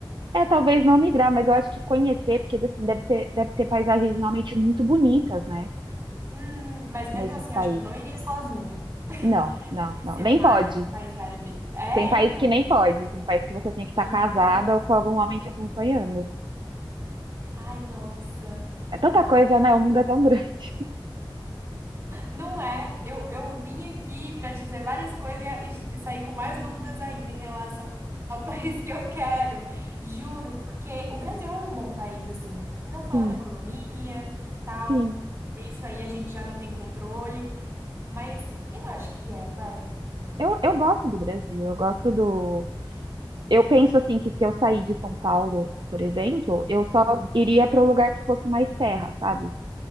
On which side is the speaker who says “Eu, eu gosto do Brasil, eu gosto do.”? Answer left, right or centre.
Right